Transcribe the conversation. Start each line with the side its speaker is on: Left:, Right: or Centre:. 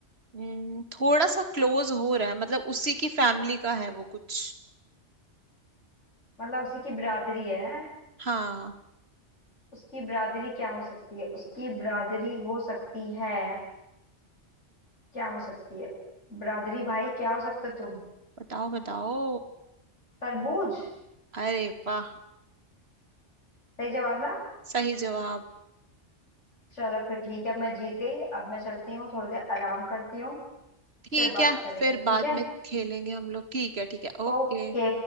Right: हम्म, थोड़ा सा क्लोज हो रहा है मतलब उसी की फैमिली का है वो कुछ
Left: मतलब उसी की बिरादरी है, हैं?
Right: हाँ
Left: उसकी बिरादरी क्या हो सकती है उसकी बिरादरी हो सकती है क्या हो सकती है बिरादरी भाई क्या हो सकते हो तुम
Right: बताओ बताओ
Left: तरबूज
Right: अरे वाह
Left: सही जवाब ना
Right: सही जवाब
Left: चलो फिर ठीक है मैं जीत गई अब मैं चलती हूँ थोड़ी देर आराम करती हूँ
Right: ठीक
Left: फिर बात
Right: है
Left: करेंगे
Right: फिर
Left: ठीक
Right: बाद
Left: है
Right: में खेलेंगे हम लोग ठीक है ठीक है
Left: ओके
Right: ओके